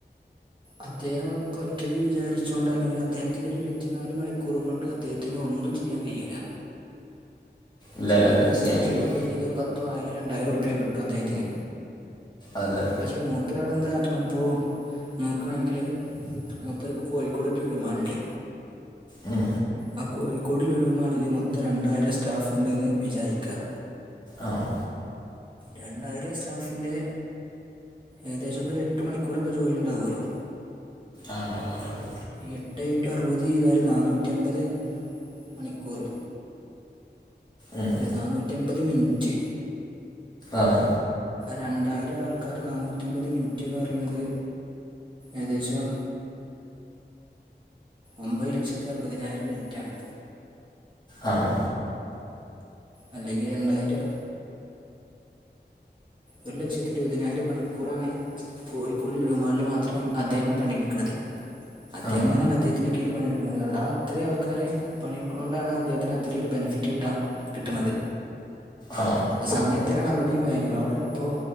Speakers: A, on the right; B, on the left.
A: അദ്ദേഹം ഒറ്റയ്ക്ക് വിചാരിച്ചൊണ്ട് അല്ലെങ്കിൽ അദ്ദേഹത്തിന്റെ ഒരുഇരുപത്തിനാല് മണിക്കൂറും കൊണ്ട് അദ്ദേഹ.. ത്തിനൊന്നും ചെയ്യാൻ കഴിയൂല്ല.
B: ഇല്ല
A: ചെയ്യാൻ
B: ഇല്ല ഇത്
A: കൈയും ആ
B: കഴിയില്ല
A: ചെയ്യാ കഴിഞ്ഞന്ന് ഒരു പത്തോ ആയിരോ രണ്ടായിരോ ര്പയ്‌ക്ക് കിട്ടു അദ്ദേഹത്തിന്..
B: അതെ
A: പക്ഷെ മൂപ്പർ അവിടെ എന്താ കാട്ടണം ഇപ്പോ.. നോക്കുകയാണെങ്കില് മൂപ്പർക്ക് കോഴിക്കോട് ലുലുമാളുണ്ട്..
B: ഉം
A: ആ കോഴിക്കോട് ലുലു മാളില് മൊത്തം രണ്ടായിരം സ്റ്റാഫ്ണ്ടെന്ന് വിചാരിക്കുക..
B: ആഹ്
A: രണ്ടായിരം സ്റ്റാഫിൻ്റെ ഏകദേശം ഇപ്പോ ഒരു എട്ട് മണിക്കൂറൊക്കെ ജോലി ഉണ്ടാാവുമല്ലോ..
B: ആഹ് ഇണ്ടാവും
A: എട്ട് ഇൻറ്റ അറുപത് ഏതാല് നന്നൂറ്റമ്പത് മണിക്കൂറ്..
B: ഉം.
A: അല്ലെ നാനൂറ്റിമ്പത് മിനിറ്റ്..
B: ആഹ്
A: രണ്ടായിരം ആൾക്കാര് നാനൂറ്റമ്പത് മിനിറ്റ്ന്ന് പറയുന്നത്.. ഏകദേശം ഒമ്പത് ലക്ഷത്തി അറുപതിനായിരം മിനിറ്റാണ്.
B: ആം
A: അല്ലെങ്കിൽ രണ്ടായിരം ഒരു ലക്ഷത്തി ഇരുപതിനായിരം മണിക്കൂറാണ്.. കോഴിക്കോട് ലുലുമാളിൽ മാത്രം അദ്ദേഹം പണിയെടുക്കണത് അദ്ദേഹംന്ന്
B: ആ
A: പറഞ്ഞാൽ അദ്ദേഹത്തിന്റെ കീഴിൽ പണിയെടു.. കിട്ടുന്നത് അ ആ അത്രയും ആൾക്കാർ പണിയെടുക്കുന്നത് കൊണ്ടാണ് അദ്ദേഹത്തിന് അത്രൊ ഒരു ബെനിഫിറ്റ് കിട്ടൻ കിട്ടണുന്നത്..
B: ആ
A: അപ്പൊ സമയത്തിനാണ് അവിടെയും വല്യു അവിടെ.. പ്പൊ